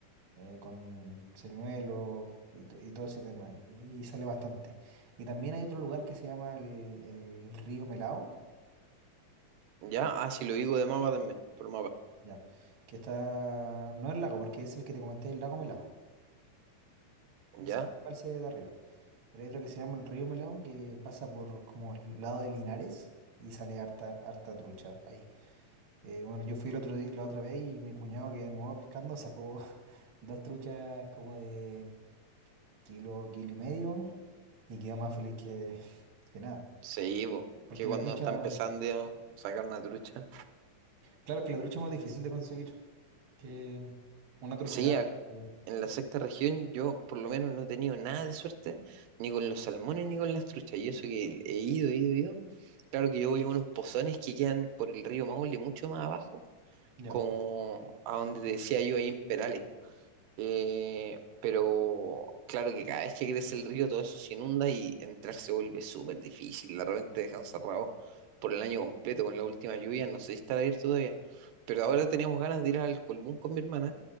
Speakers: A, on the right; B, on the right.
A: eh, con señuelos y, to- y todo ese tema, y, y sale bastante. Y también hay otro lugar que se llama el, el Río Melao,
B: Ya, ah, si lo digo de mapa también, por mapa.
A: ya, que está, no el lago, porque es el que te comenté, el lago Melao, es
B: Ya,
A: el embalse de arriba, pero hay otro que se llama el Río Melao, que pasa por como el lado de Linares y sale harta, harta trucha ahí. Eh, bueno, yo fui el otro día, la otra vez y mi cuñado, que es nuevo pescando, sacó <laughs> dos truchas como de kilo, kilo y medio, y queda más feliz que, que nada.
B: sí, po. Es
A: Porque
B: que cuando
A: la trucha,
B: uno está empezando a sacar una trucha.
A: claro que la trucha es más difícil de conseguir que una trucha
B: Sí,
A: grande.
B: ac-
A: que-
B: en la sexta región yo por lo menos no he tenido nada de suerte, ni con los salmones ni con las truchas. Y eso que he ido, he ido, he ido. Claro que yo voy a unos pozones que quedan por el río Maule, mucho más abajo,
A: Ya.
B: como a donde te decía yo ahí en Perales. Eh, pero claro que cada vez que crece el río todo eso se inunda y entrar se vuelve súper difícil. De repente dejan cerrado por el año completo con la última lluvia. No sé si estará abierto todavía. Pero ahora teníamos ganas de ir al Colbún con mi hermana